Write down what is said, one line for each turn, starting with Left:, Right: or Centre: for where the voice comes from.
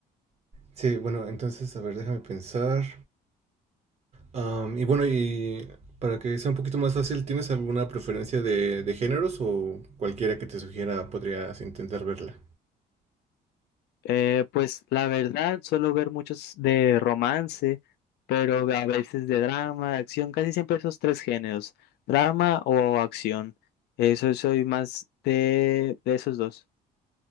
Right: Sí, bueno, entonces, a ver, déjame pensar. Am, y bueno, y para que sea un poquito más fácil, ¿tienes alguna preferencia de, de géneros o cualquiera que te sugiera podrías intentar verla?
Left: Eh, pues la verdad, suelo ver muchos de romance, pero a veces de drama, de acción, casi siempre esos tres géneros, drama o acción. Eso soy más de, de esos dos.